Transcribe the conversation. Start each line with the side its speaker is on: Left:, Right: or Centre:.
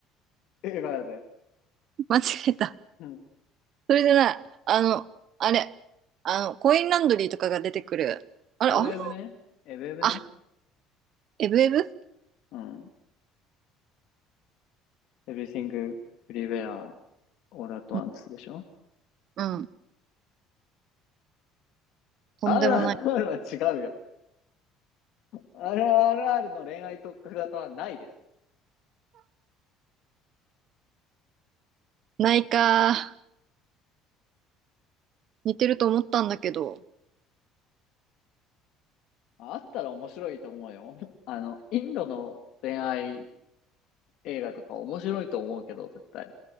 Left: 映画やで。
Right: 間違えた。
Left: うん。
Right: それじゃない。あの、あれ、あの、コインランドリーとかが出てくる。あれ、
Left: エブエブね。
Right: あれ
Left: エブエブね。
Right: あ、エブエブ
Left: うん。Everything, Everywhere, All at
Right: うん。
Left: Once でしょ
Right: うんとんでもない。
Left: ?RRR は違うよ。RRR の恋愛特化型はないです。
Right: ないか。似てると思ったんだけど。
Left: あったら面白いと思うよ。<laughs> あの、インドの恋愛映画とか面白いと思うけど、絶対。